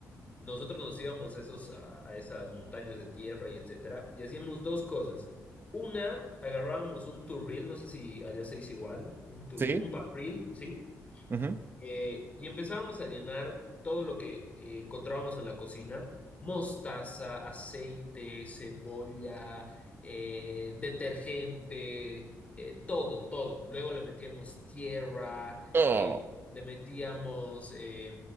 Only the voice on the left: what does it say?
nosotros nos íbamos a esos, a, a esas montañas de tierra y etcétera, y hacíamos dos cosas. Una, agarrábamos un turril, no sé si allá se dice igual, un turril,
un barril, ¿sí?
Eh, y empezábamos a llenar todo lo que eh, encontrábamos en la cocina, mostaza, aceite, cebolla, eh, detergente, eh, todo, todo. Luego le metíamos tierra,
eh, le metíamos eh,